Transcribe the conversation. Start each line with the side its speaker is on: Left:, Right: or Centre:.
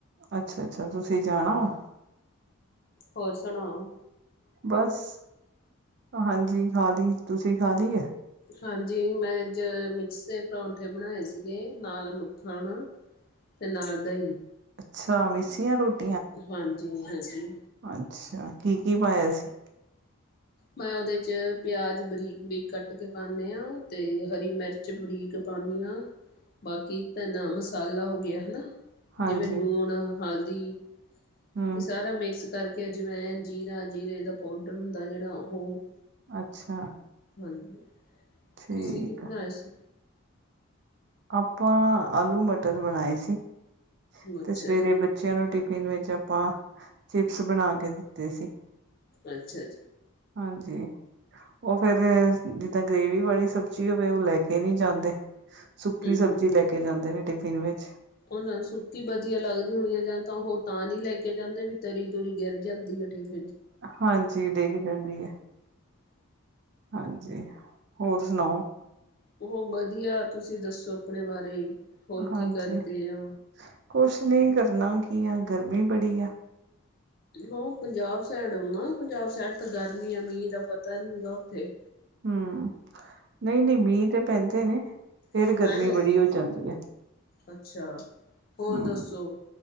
Right: ਅੱਛਾ-ਅੱਛਾ ਤੁਸੀਂ ਜਾਣਾ ਵ?
Left: ਹੋਰ ਸੁਣਾਉ,
Right: ਬਸ ਹਾਂਜੀ ਖਾ ਲਈ, ਤੁਸੀਂ ਖਾ ਲਈ ਹੈ?
Left: ਹਾਂਜੀ ਮੈਂ ਅੱਜ ਮਿੱਸੇ ਪਰੌਂਠੇ ਬਣਾਏ ਸੀਗੇ, ਨਾਲ ਮੱਖਣ ਤੇ ਨਾਲ ਦਹੀਂ।
Right: ਅੱਛਾ, ਮਿਸੀਆਂ ਰੋਟੀ
Left: ਹਾਂਜੀ-ਹਾਂਜੀ
Right: ਅੱਛਾ ਕੀ-ਕੀ ਪਾਇਆ ਸੀ?
Left: ਮੈਂ ਉਹਦੇ 'ਚ ਪਿਆਜ਼ ਬਰੀਕ-ਬਰੀਕ ਕੱਟ ਕੇ ਪਾਉਂਦੇ ਹਾਂ, ਤੇ ਹਰੀ ਮਿਰਚ ਬਰੀਕ ਪਾਉਂਦੀ ਹਾਂ।
Right: ਹ <unintelligible>
Left: ਬਾਕੀ ਧਨਾ ਮਸਾਲਾ ਹੋ ਗਿਆ ਹੈ ਨਾ,
Right: ਹਾਂਜੀ
Left: ਜਿਵੇਂ ਲੂਣ ਹਲਦੀ?
Right: ਹੂੰ
Left: ਇਹ ਸਾਰਾ ਮਿਕਸ ਕਰਕੇ ਅੱਜਵੈਨ, ਜੀਰਾ-ਜੀਰੇ ਦਾ ਪਾਊਡਰ ਹੁੰਦਾ, ਜਿਹੜਾ ਉਹ
Right: ਅੱਛਾ।
Left: ਹਾਂਜੀ,
Right: ਠੀਕ
Left: ਤੁਸੀਂ ਕੀ ਬਣਾਇਆ
Right: ਆ।
Left: ਸੀ?
Right: ਆਪਾਂ ਆਲੂ ਮਟਰ ਬਣਾਏ ਸੀ,
Left: ਅੱਛਾ
Right: ਤੇ ਸਵੇਰੇ
Left: ਜੀ
Right: ਬੱਚਿਆਂ ਨੂੰ ਟਿਫਿਨ ਵਿੱਚ ਆਪਾਂ, ਚਿਪਸ ਬਣਾ ਕੇ ਦਿੱਤੇ ਸੀ।
Left: ਅੱਛਾ ਅੱਛਾ
Right: ਹਾਂਜੀ। ਉਹ ਫੇਰ ਜਿੱਦਾਂ ਗ੍ਰੇਵੀ ਵਾਲੀ ਸਬਜ਼ੀ ਹੋਵੇ, ਉਹ ਲੈ ਕੇ ਨਹੀਂ ਜਾਂਦੇ। ਸੁੱਕੀ
Left: ਹਮ
Right: ਸਬਜ਼ੀ
Left: ਹਮ
Right: ਲੈ ਕੇ ਜਾਂਦੇ ਨੇ ਟਿਫਿਨ ਵਿੱਚ।
Left: ਉਹਨਾਂ ਨੂੰ ਸੁੱਕੀ ਵਧੀਆ ਲੱਗਦੀ ਹੋਣੀ ਹੈ, ਜਾਂ ਤਾਂ ਹੋਰ ਤਾਂ ਨਹੀਂ ਲੈ ਕੇ ਜਾਂਦੇ ਵੀ ਤਰੀ ਤੂਰੀ ਗਿਰ ਜਾਂਦੀ ਹੈਠੇ। <unintelligible>
Right: ਹਾਂਜੀ ਡਿੱਗ ਜਾਂਦੀ ਹੈ ਹਾਂਜੀ ਹੋਰ ਸੁਣਾਓ
Left: ਉਹ ਵਧੀਆ, ਤੁਸੀਂ ਦੱਸੋ ਆਪਣੇ ਬਾਰੇ ਹੋਰ
Right: ਹਾਂਜੀ,
Left: ਕੀ ਕਰਦੇ ਆ
Right: ਕੁਛ ਨਹੀਂ, ਕਰਨਾ ਕੀ ਆ ਗਰਮੀ ਬੜੀ ਆ
Left: ਔਹ ਪੰਜਾਬ ਸਾਈਡ ਔ ਨਾ, ਪੰਜਾਬ ਸਾਈਡ ਤਾਂ ਗਰਮੀ ਐ, ਮੀਂਹ ਦਾ ਪਤਾ ਨੀ ਹੈਗਾ ਉੱਥੇ
Right: ਹੂ, ਨਹੀਂ-ਨਹੀਂ ਮੀਂਹ ਤੇ ਪੈਂਦੇ ਨੇ, ਫੇਰ
Left: ਉਹ
Right: ਗਰਮੀ
Left: ਪੈਣ ਲੱਗੇ
Right: ਬੜੀ ਹੋ ਜਾਂਦੀ ਹੈ।
Left: ਅੱਛਾ ਹੋਰ
Right: ਹੂ
Left: ਦੱਸੋ